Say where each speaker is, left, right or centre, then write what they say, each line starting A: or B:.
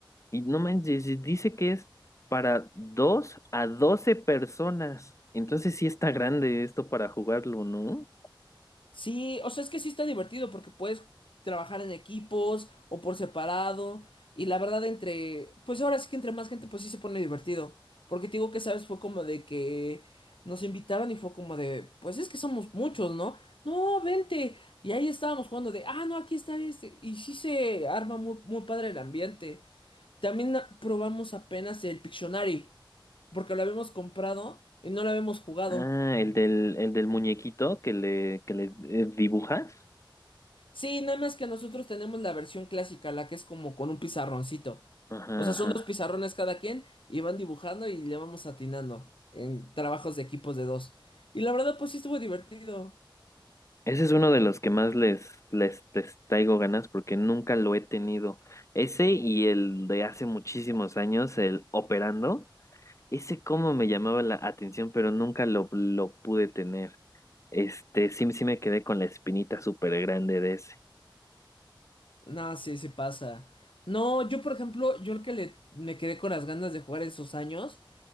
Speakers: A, on the left (about 35°); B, on the left (about 80°).
A: Y no manches, y dice que es para 2 a 12 personas. Entonces sí está grande esto para jugarlo, ¿no?
B: Sí, o sea, es que sí está divertido porque puedes trabajar en equipos o por separado. Y la verdad, entre, pues ahora sí que entre más gente, pues sí se pone divertido. Porque te digo que, ¿sabes? Fue como de que nos invitaron y fue como de, pues es que somos muchos, ¿no? No, vente. Y ahí estábamos jugando de, ah, no, aquí está este. Y sí se arma muy, muy padre el ambiente. También ah, probamos apenas el Pictionary, porque lo habíamos comprado y no lo habíamos jugado.
A: Ah, el del, el del muñequito que le, que le eh, dibujas.
B: Sí, nada más que nosotros tenemos la versión clásica, la que es como con un pizarroncito.
A: Ajá,
B: O sea,
A: ajá.
B: son dos pizarrones cada quien y van dibujando y le vamos atinando en trabajos de equipos de dos. Y la verdad, pues sí estuvo divertido.
A: Ese es uno de los que más les, les, les traigo ganas porque nunca lo he tenido. Ese y el de hace muchísimos años, el Operando, ese como me llamaba la atención, pero nunca lo, lo pude tener. Este, sí, sí me quedé con la espinita súper grande de ese.
B: No, sí, sí pasa. No, yo por ejemplo, yo el que le, me quedé con las ganas de jugar en esos años.